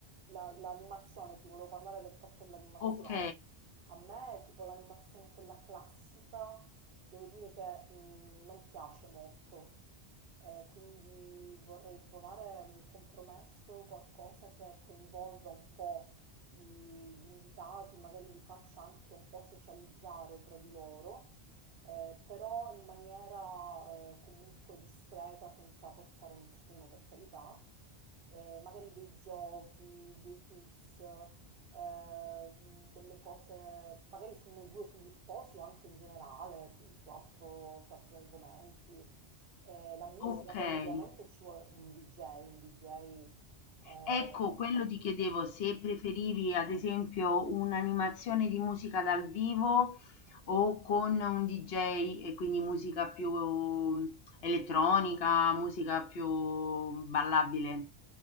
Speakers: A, on the right; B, on the left.
A: la- l'animazione, ti volevo parlare del fatto dell'animazione.
B: ok.
A: A me tipo l'animazione quella classica, devo dire che mh, non piace molto. Eh, quindi vorrei trovare un compromesso, qualcosa che coinvolga un po' i- gli invitati, magari li faccia anche un po' socializzare tra di loro eh, però in maniera eh, comunque discreta, senza forzare nessuno per carità, eh, magari dei giochi, dei quiz, eh, delle cose, magari su noi due, sugli sposi o anche in generale, su, su altro- su altri argomenti. Eh, la musica
B: Okay.
A: poi ovviamente ci vuole un DJ, un DJ... eh,
B: Ecco, quello ti chiedevo
A: sì.
B: se preferivi ad esempio un'animazione di musica dal vivo o con un DJ e quindi musica più ehm, elettronica, musica più ballabile.